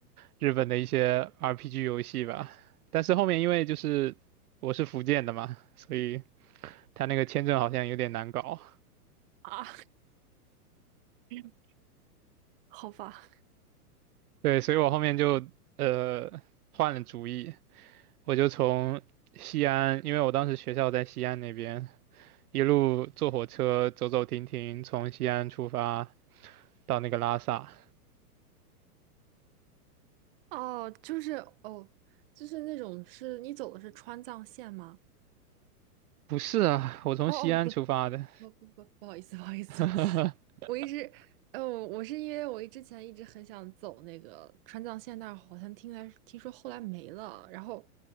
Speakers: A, on the right; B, on the right.
A: 日本的一些 RPG 游戏吧，但是后面因为就是我是福建的嘛，所以他那个签证好像有点难搞。
B: 啊，<laughs> 好吧，
A: 对，所以我后面就呃换了主意，我就从西安，因为我当时学校在西安那边，一路坐火车走走停停，从西安出发到那个拉萨。
B: 哦，就是哦，就是那种是你走的是川藏线吗？
A: 不是啊，我从西安出发的，
B: 哦好哦，的对，不不不，不好意思不好意思，
A: <laughs>
B: <laughs> 我一直，呃，我是因为我之前一直很想走那个川藏线但是好像听来听说后来没了，然后